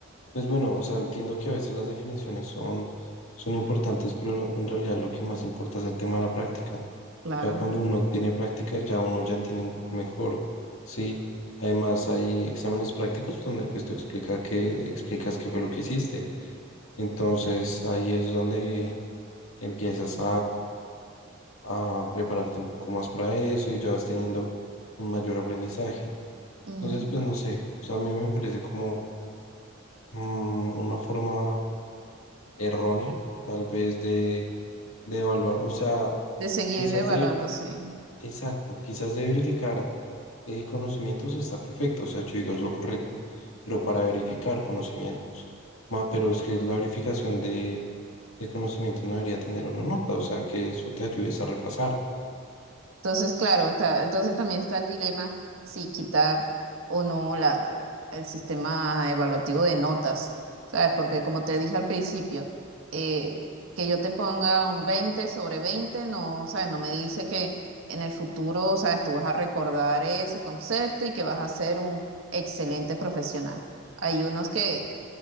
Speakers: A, on the left; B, on the right.
A: pues bueno, o sea, entiendo que a veces las definiciones son, son importantes, pero en realidad lo que más importa es el tema de la práctica.
B: Claro.
A: Ya cuando uno tiene práctica, ya uno ya entiende un poco mejor, ¿sí? Además, hay exámenes prácticos donde, pues, tú explica que, explicas qué fue lo que hiciste. Entonces, ahí es donde empiezas a prepararte un poco más para eso y ya vas teniendo un mayor aprendizaje.
B: Ujú.
A: Entonces, pues no sé, o sea, a mí me parece como mm, una forma errónea, tal vez, de, de evaluar, o sea,
B: De seguir
A: quizás
B: evaluando,
A: de, ver-
B: sí.
A: exacto, quizás de verificar eh, conocimientos está perfecto, o sea, yo digo es lo correcto, pero para verificar conocimientos, ma, pero es que la verificación de, de conocimientos no debería tener una nota, o sea, que eso te ayudes a repasar.
B: Entonces, claro, ta- entonces también está el dilema si quitar o no la, el sistema evaluativo de notas, ¿sabes? Porque como te dije al principio, eh, que yo te ponga un 20 sobre 20 no, ¿sabes? No me dice que en el futuro, ¿sabes? Tú vas a recordar ese concepto y que vas a ser un excelente profesional. Hay unos que,